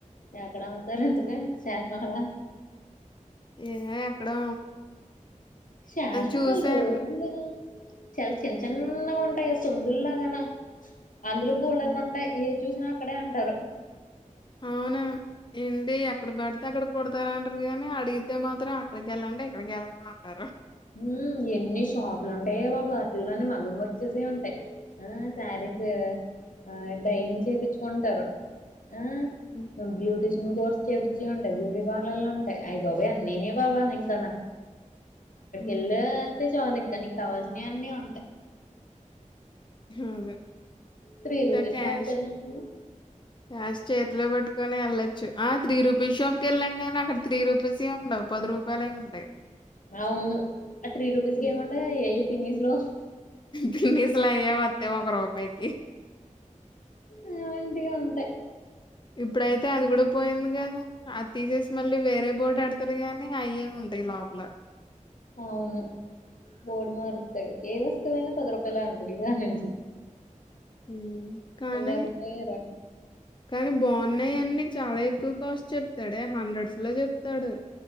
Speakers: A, on the left; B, on the left.
A: ఎక్కడ అమ్ముతారు ఇంతకి శా మహళ
B: ఏవే ఎక్కడో
A: షాష్మహల్
B: చూసాను
A: రోడ్ల చాలా చిన్న చిన్నగా ఉంటాయి సందుల్లాగాన అందులో బోల్డన్ని
B: ఉమ్,
A: ఉంటాయి ఏది చూసినా క్కడే అంటారు
B: అవునా ఏంటి ఎక్కడ పడితే అక్కడ కొడతారంటాది గాని అడిగితే మాత్రం అక్కడికి వెళ్ళండి ఇక్కడికి వెళ్ళండి అంటారు
A: ఉమ్ ఎన్ని షాపులు ఉంటాయే బాబు వాటిలోనే మగం వర్క్ చేసేయి ఉంటాయి ఆ శారీస్ ఆ డయ్యింగ్ చేపిచ్చుకుంటారు ఆ
B: ఉమ్,
A: బ్యూటీషన్ కోర్స్ చెపిచెయ్ ఉంటాయి బ్యూటీ పార్లర్లు ఉంటాయి అయ్ బాబయ్ అన్నీనే బాబా ఇంకాను
B: ఉమ్,
A: ఇళ్ళ అయితే చాలి ఇంకా నీకు కావాల్సి ని అన్నీ ఉంటాయి
B: హామ్ ఇ
A: త్రీ రూపీస్
B: ద క్యాష్
A: షాప్‌కెళ్ళినట్టున్నావు.
B: క్యాష్ చేతిలో పట్ కొని ఎళ్ళోచ్చు ఆ త్రీ రూపీస్ షాప్ కి వెళ్ళం గానీ అక్కడ త్రీ రూపీస్ ఏ ఉండవు పది రూపాయలే ఉంటాయి
A: అవును ఆ త్రీ రూపీస్
B: ఉమ్.
A: కే ముండయ్ ఏ పిన్నిస్లు
B: పిన్నిస్లు అయే వత్తయి ఒక రూపాయికి
A: అ వంటియే ఉంటయ్
B: ఇప్పుడైతే అది కూడా పోయింది కదా అది తీసేసి మళ్ళీ వేరే బోర్డు ఎడ్తారు కానీ అయే ఉంటాయి లోపల
A: అవును బోర్డు మారుత్తడు ఏ వస్తువైనా పది రూపాయలే అంటాడు ఇవాళ్ళ నుంచి
B: హమ్ కానీ
A: ఇప్పుడు అది పోయి
B: కానీ బాగున్నాయి అన్ని చాలా ఎక్కువ కాస్ట్ చెప్తాడే హండ్రెడ్స్ లో చెప్ తాడు